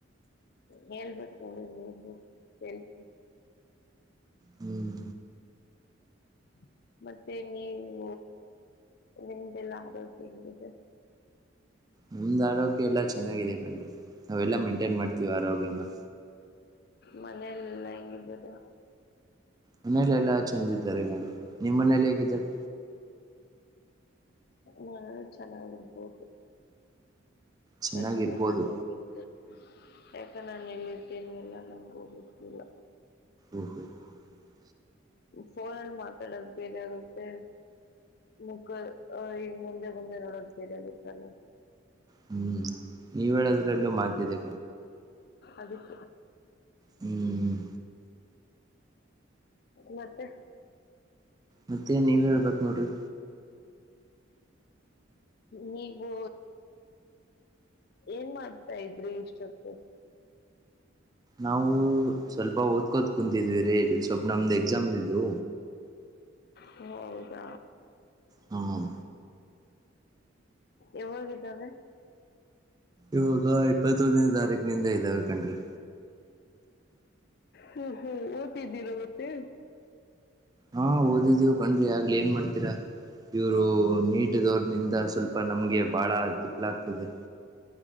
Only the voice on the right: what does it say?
ಹ್ಮ್
ನಮ್ದ್ ಆರೋಗ್ಯ ಎಲ್ಲಾ ಚೆನ್ನಾಗಿದೆ ಕಣ್ರಿ ನಾವೆಲ್ಲಾ ಮೇಂಟೈನ್ ಮಾಡ್ತೀವಿ ಆರೋಗ್ಯನ.
ಮನೇಲಿ ಎಲ್ಲಾ ಚೆಂದ ಇದಿದ್ದಾರೆ ಗಕಣ್ರೀ ನಿಮ್ಮ್ ಮನೇಲಿ ಹೇಗಿದ್ದಾರೆ.
ಚೆನ್ನಾಗಿರ್ಬೋದು
<inaudible>
ಹ್ಮು ನೀವ್ ಹೇಳೋದ್ರಲ್ಲೂ ಮಾಡ್ತಿದ್ದೆ
ಹ್ಮ್ ಹ್ಮ್
ಮತ್ತೆ ನೀವ್ ಹೇಳ್ಬೇಕಕ್ ನೋಡ್ರಿ
ನಾವು ಸ್ವಲ್ಪ ಓದ್ಕೋದ ಕುಂತಿದ್ವಿರಿ ಸ್ವಲ್ಪ ನಮ್ದ್ ಎಕ್ಸಾಮ್ ಇದು
ಹಂ
ಇವಾಗ ಇಪ್ಪತ್ತೊಂದನೇ ತಾರೀಕ್ ನಿಂದ ಇದಾವ ಕಣ್ರಿ
ಹಾ ಓದಿದ್ದೀವು ಕಣ್ರಿ ಆಗ್ಲಿ ಏನ್ ಮಾಡ್ತೀರಾ ಇವರು ನೀಟ್ ದವರ್ನಿಂದ ಸ್ವಲ್ಪ ನಮ್ಗೆ ಬಹಳ <unintelligible> ಆಗ್ತಿದೆ